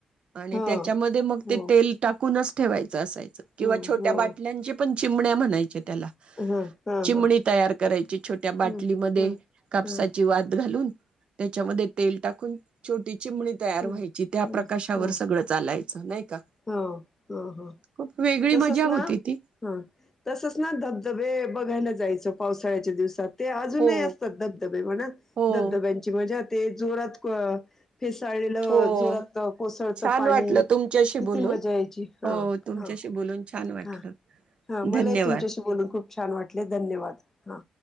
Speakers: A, on the right; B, on the left.
A: आणि
B: हा
A: त्याच्यामध्ये मग
B: हो
A: ते तेल टाकून अस ठेवाय च असायच किंवा
B: हो
A: छोट्या
B: हो
A: बाटल्यांच्या पण चिमण्या म्हणायचे त्याला,
B: हा हा
A: चिमणी
B: हा
A: तयार करायची छोट्या
B: ह
A: बाटलीमध्ये
B: ह ह
A: कापसाची
B: ह
A: वात घालून त्याच्यामध्ये तेल टाकून छोटी चिमणी तयार
B: ह, ह,
A: व्हायची त्या प्रकाशावर
B: ह,
A: सगळं चालायचं नाही का
B: हा, हा, हा,
A: खूप वेगळी
B: तसच
A: मजा
B: ना
A: होती ती
B: हा तसच ना धबधबे बघायला जाय च पावसाळ्याच्या दिवसात. ते आजूनही
A: हो
B: असतात धबधबे म्हणा,
A: हो
B: धबधब्यांची मजा ते जोरात फेस चाळेलं
A: हो
B: जोरात कोसळत
A: छान
B: पाणी,
A: वाटलं तुमच्याशी
B: किती
A: बोलून
B: मजा यायची, हा
A: हो तुमच्याशी
B: हा
A: बोलून छान वाटलं
B: हा, हा. मलाही
A: धन्यवाद
B: तुमच्याशी बोलून खूप छा छान वाटले. धन्यवाद! हा.